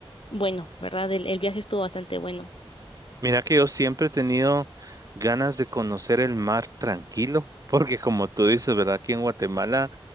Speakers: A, on the left; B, on the right.
A: bueno, ¿verdad? el el viaje estuvo bastante bueno.
B: Mira que yo siempre he tenido ganas de conocer el mar tranquilo, <laughs> porque como tú dices, ¿verdad? Aquí en Guatemala